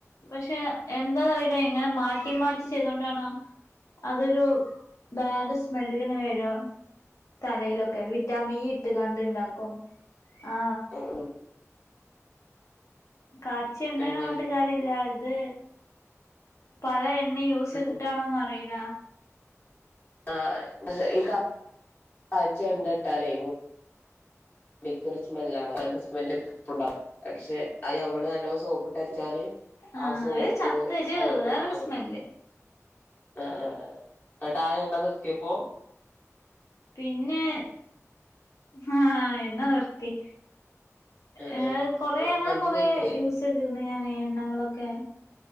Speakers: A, on the left (about 70°); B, on the left (about 35°).
A: പഷേ.. എന്താന്ന്റിയില്ല ഇ ങ്ങനെ മാറ്റി മാറ്റി ചെയ്തോണ്ടാണോ അതൊരു ബാഡ്സ്മെല്ല്ങ്ങനെ വരാ തലയിലൊക്കെ വിറ്റാമിൻ ഇ ഇട്ട്ക്കാണ്ട് ണ്ടാക്കും ആ...
B: ഉം ഉം
A: കാചെണ്ണാന്ന്പറഞ്ട്ട്കാര്യല്ലാ...
B: എങ്ങനെ
A: ഇത് പല എ എണ്ണ യൂസെയ്തിട്ടാണോന്ന്
B: ഉം
A: അറിയില
B: ആ ക്ഷെ ഈ കാച്ചിയെണ്ണ ഇട്ടാലെ, മുടി ക്കൊരു സ്മെല്ലാണ് ത ണ്ട് സ്മെല്ല്പ്പണ്ടാവും. പക്ഷെ അയ് ഞമ്മള് നല്ലൊം സോപ്പ് ട്ടൊരച്ചാല്
A: ആഹ്
B: ആ സോപ്പ്
A: ഒരു ചത്തൊരു
B: സോപ്പ്ന്റെപത
A: വേറൊരു സ്മെല്ല്
B: അ അ ന്ന്ട്ടാ എണ്ണനിർത്യപ്പോ...
A: പിന്നെ.. ഹാ... എണ്ണ നിർത്തി.
B: ആഹ്
A: ഏ...
B: ആഹ്
A: കൊറെഅങ്ങനെകൊറെ
B: അപ്പൊ എന്താ തേക്കല്
A: യൂസെയ്ത്ക്ക്‌ണ് ഞാന് എണ്ണകളൊക്കെ